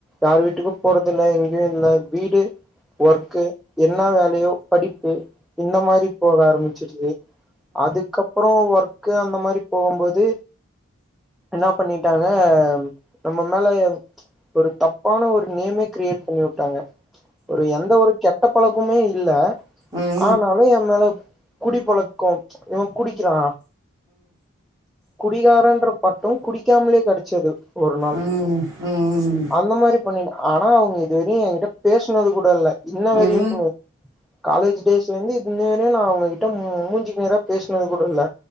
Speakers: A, in the centre; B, on the right (about 20°).
A: யார் வீட்டுக்கு போறதில்ல எங்கேயு இல்ல வீடு ஒர்க்கு என்ன வேலையோ படிப்பு இந்த மாரி போக ஆரம்பிச்சிருது அதுக்கப்பறோ ஒர்க் க்கு அந்த மாரி போகும்போது என்னா பண்ணிட்டாங்க நம்ம மேல ஒரு தப்பான ஒரு நேமே கிரியேட் பண்ணி வுட்டாங்க ஒரு எந்த ஒரு கெ ந்த பழக்குமே இல்ல
B: ம், ம், ம்,
A: ஆனாலு என் மேல குடிப்பழக்கம் இவ குடிக்கிறா குடிகாரன்ற பட்டோ குடிக்காமலே கெடச்சது ஒரு நாள்
B: ம் ம்
A: அந்த மாரி பண்ணிட்டு ஆனா அவ்ங்க இதுவரையு என்கிட்ட பேஸ்னது கூட இல்ல இன்ன வரையக்கு
B: ம்,
A: காலேஜ் டேஸ்ல இருந்து இன்னவரையு நான் அவ்ங்ககிட்ட மு மூஞ்சுக் நேரா பேஸ்னது கூட இல்ல